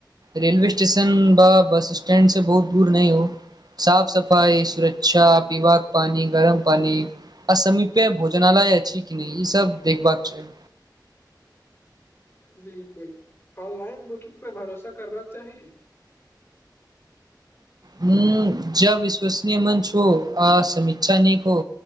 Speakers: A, on the right (about 60°); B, on the left (about 30°).
A: रेलवे स्टेशन बा बस स्टैंडसँ बहुत दूर नहि हो। साफ सफाइ सुरक्षा पीबाक पानी गरम पानी। आ समीप्य भोजनालय अछि की नहि ई सब देखबाक चाही।
B: बिलकुल ऑनलाइन बुकिंग पर भरोसा करबाक चाही।
A: हूँ जब विश्वसनीय मंच हो आ समीक्षा नीक हो